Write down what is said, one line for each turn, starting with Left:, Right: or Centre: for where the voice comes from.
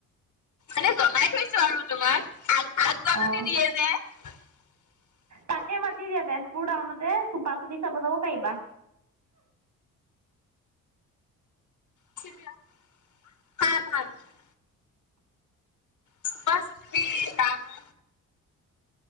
Left: এনেই জনাই থৈছোঁ আৰু তোমাক। আগজাননী
Right: অ'।
Left: দিয়ে <inaudible>
Right: তাকে মাতি দিয়া! তেজপুৰ টাউনতে চোপা-চুপি চাব যাব পাৰিবা!
Left: <unintelligible> চুপা-চুপ! জানো!